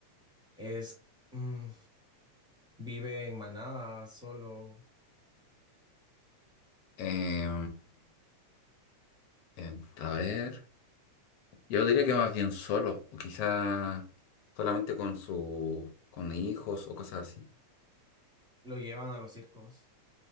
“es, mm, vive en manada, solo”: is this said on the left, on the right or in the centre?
Centre